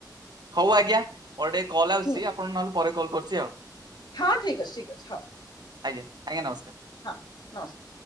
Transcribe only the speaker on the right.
ହଉ ଆଜ୍ଞା। ମୋର ଟିକେ କଲ ଆସୁଛି
ଆପଣଙ୍କୁ ନହେଲେ ପରେ କଲ୍ କରୁଛି ଆଉ।
ଆଜ୍ଞା ଆଜ୍ଞା ନମସ୍କାର।